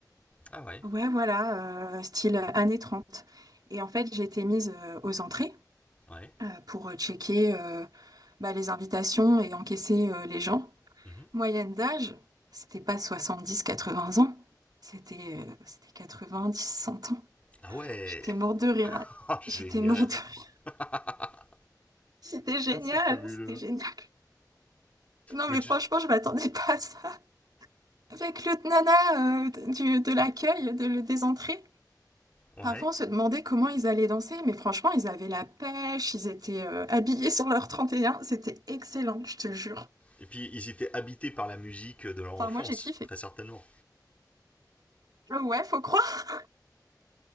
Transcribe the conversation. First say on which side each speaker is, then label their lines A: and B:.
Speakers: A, on the left; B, on the right.
A: Ah ouais,
B: Ouais, voilà, euh, style années trente Et en fait, j'ai été mise euh, aux entrées
A: ouais.
B: euh, pour euh, checker euh, bah, les invitations et encaisser euh, les gens.
A: Mhm.
B: Moyenne d'âge, c'était pas soixante dix quatre-vingts ans, c'était euh, c'était dix cent ans.
A: Ah ouais.
B: J'étais morte de
A: <laughs>
B: rire.
A: Oh, génial.
B: J'étais morte de rire.
A: Ah,
B: <laughs> C'était génial,
A: c'est fabuleux.
B: c'était génial. Non,
A: Mais
B: mais
A: tu-
B: franchement, je m'attendais pas à ça. Avec le nana euh, du- de l'accueil, de, des entrées.
A: Ouais.
B: Parfois, on se demandait comment ils allaient danser, mais franchement, ils avaient la pêche, ils étaient euh, habillés <laughs> sur leur 31. C'était excellent, je te le jure.
A: Et puis ils étaient habités par la musique de leur enfance,
B: Enfin, moi, j'ai kiffé.
A: très certainement.
B: Euh, ouais, faut croire.